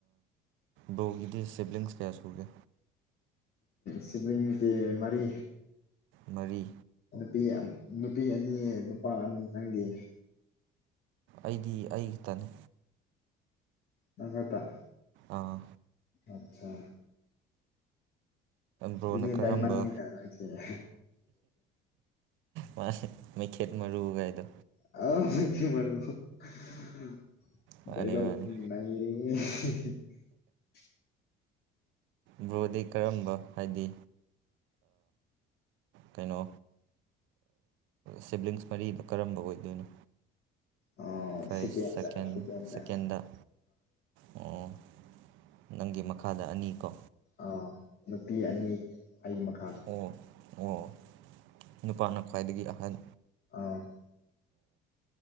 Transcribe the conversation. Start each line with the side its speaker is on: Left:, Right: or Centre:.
Right: ꯗꯒꯤꯗꯤ ꯁꯤꯕꯂꯤꯡꯁ ꯀꯌꯥꯁ ꯎꯒꯦ
Left: ꯁꯤꯕꯂꯤꯡꯁꯦ ꯃꯔꯤ
Right: ꯃꯔꯤ
Left: ꯅꯨꯄꯤ ꯅꯨꯄꯤ ꯑꯅꯤ ꯅꯨꯄꯥ ꯑꯅꯤ ꯅꯪꯒꯤ
Right: ꯑꯩꯗꯤ ꯑꯩꯇꯅꯤ
Left: ꯇꯪꯒꯥꯗ
Right: ꯑꯥ
Left: ꯑꯆꯥ
Right: ꯕ꯭ꯔꯣꯅ
Left: ꯑꯗꯨꯃꯤ
Right: ꯀꯔꯝꯕ
Left: ꯇꯏ ꯃꯥꯟꯅꯤꯗꯁꯦꯦ
Right: ꯃꯥ ꯃꯩꯈꯦꯠ ꯃꯔꯨꯒꯥꯏꯗꯣ
Left: ꯑ ꯃꯔ
Right: ꯃꯥꯅꯦ ꯃꯥꯅꯦ
Left: ꯗꯥꯏꯂꯣꯒꯅꯦ
Right: ꯕ꯭ꯔꯣꯗꯤ ꯀꯔꯝꯕ ꯍꯥꯏꯗꯤ ꯀꯩꯅꯣ ꯁꯤꯕ꯭ꯂꯤꯡꯁ ꯃꯔꯤꯗꯣ ꯀꯔꯝꯕ ꯑꯣꯏꯗꯣꯏꯅꯣ
Left: ꯑꯣ
Right: ꯐꯥꯔꯁ
Left: ꯁꯤꯇ
Right: ꯁꯦꯀꯦꯟ
Left: ꯁꯤꯇ
Right: ꯁꯦꯀꯦꯟꯗ ꯑꯣ ꯅꯪꯒꯤ ꯃꯈꯥꯗ ꯑꯅꯤ ꯀꯣ
Left: ꯑꯥ ꯅꯨꯄꯤ ꯑꯅꯤ ꯑꯩ ꯃꯈꯥꯗ
Right: ꯑꯣ ꯑꯣ ꯅꯨꯄꯥꯅ ꯈ꯭ꯋꯥꯏꯗꯒꯤ ꯑꯍꯟ
Left: ꯑꯥ